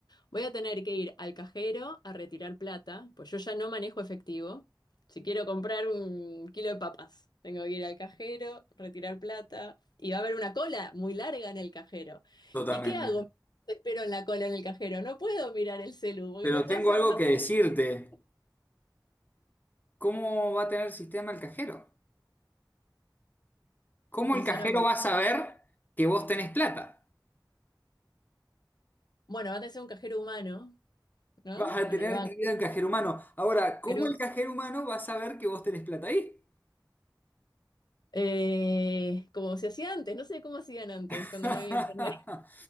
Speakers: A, on the left (about 65°); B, on the left (about 25°).
A: voy a tener que ir al cajero a retirar plata, pues yo ya no manejo efectivo. Si quiero comprar un kilo de papas, tengo que ir al cajero, retirar plata, y va a haber una cola muy larga en el cajero.
B: Totalmente.
A: ¿Y qué hago? Espero en la cola en el cajero. No puedo mirar el celu, porque
B: Pero
A: no puedo
B: tengo
A: hacer
B: algo
A: nada.
B: que decirte. ¿Cómo va a tener sistema el cajero? ¿Cómo
A: Funciona
B: el cajero
A: porque,
B: va a saber que vos tenés plata?
A: bueno, va a tener un cajero humano, ¿no?
B: Vas a
A: En
B: tener
A: el banco.
B: que ir al cajero humano. Ahora, ¿cómo
A: Pero,
B: el cajero humano va a saber que vos tenés plata ahí?
A: eh, como se hacía antes, no sé cómo hacían antes
B: <laughs>
A: cuando no había internet.